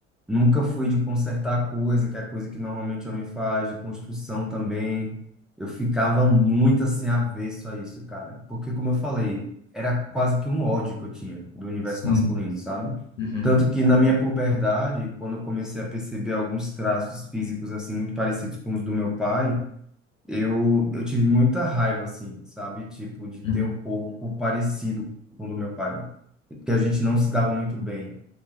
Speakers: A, in the centre; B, on the left (about 85°).
A: nunca fui de consertar coisa, que é a coisa que normalmente o homem faz, de construção também. Eu ficava muito assim avesso a isso, cara, porque como eu falei, era quase que um ódio que eu tinha do universo
B: Sim,
A: masculino, sabe?
B: Uhum,
A: Tanto que na minha puberdade, quando eu comecei a perceber alguns traços físicos assim muito parecidos com os do meu pai, eu, eu tive muita raiva, assim, sabe? Tipo, de
B: uhum.
A: ter o corpo parecido com o do meu pai. Porque a gente não se dava muito bem.